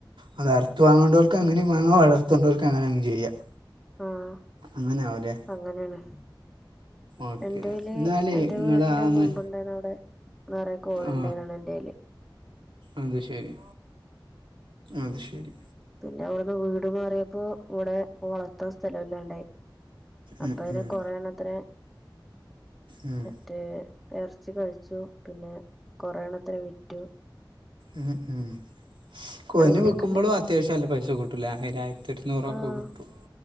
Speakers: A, on the right; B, in the centre.
A: അത് അർത്ത് വാങ്ങണ്ടോർക്ക് അങ്ങനെം വാങ്ങാം വളർത്തണ്ടോർക്ക് അങ്ങനെ അങ് ചെയ്യാം
B: ആഹ്
A: അങ്ങനെ ആവും അല്ലേ
B: അങ്ങനെയാണ്
A: ഓക്കെ
B: എന്റെയില്
A: എന്നാലേ
B: എന്റെ
A: നിങ്ങൾ
B: വീട്ടില്
A: ആ മ
B: മുമ്പുണ്ടായിന്ന് അവിടെ നറെ കോഴി
A: ആ
B: ഇണ്ടായിരുന്നു എന്റെേയില്
A: അത് ശരി അത് ശരി
B: പിന്നെ അവിടുന്ന് വീട് മാറിയപ്പോ ഇവിടെ ഓളത്ത അവസ്ഥല്ല ഇല്ലാണ്ടായി അപ്പൊ
A: ഉം
B: പിന്നെ
A: ഉം
B: കൊറേണ്ണത്തിനെ
A: ഉം
B: മറ്റേ എറച്ചി കഴിച്ചു പിന്നെ കൊറേണ്ണത്തിനെ വിറ്റു
A: ഉം ഉം കോയിനെ
B: അങ്ങനെയൊക്കെ
A: വിക്കുമ്പോഴും
B: ഉണ്ടായി
A: അത്യാവശ്യം നല്ല പൈസ കിട്ടൂലെ ആയിരായിരത്തി ഇരുന്നൂറൊക്കെ
B: ആഹ്
A: കിട്ടും.